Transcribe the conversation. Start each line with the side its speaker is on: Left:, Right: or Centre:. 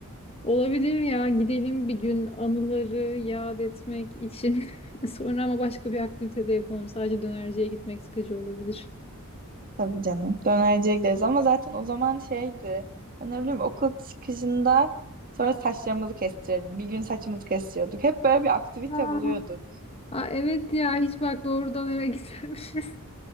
Left: Olabilir ya gidelim bir gün anıları yad etmek için. <laughs> Sonra ama başka bir aktivite de yapalım. Sadece dönerciye gitmek sıkıcı olabilir.
Right: Tabii canım. Dönerciye gideriz ama zaten o zaman şeydi. Ben ne bileyim okul çıkışında sonra saçlarımızı kestirelim. Bir gün saçımızı kestiriyorduk. Hep böyle bir aktivite
Left: Ha.
Right: buluyorduk.
Left: Aa, evet ya hiç bak doğrudan eve gitmemişiz. <laughs>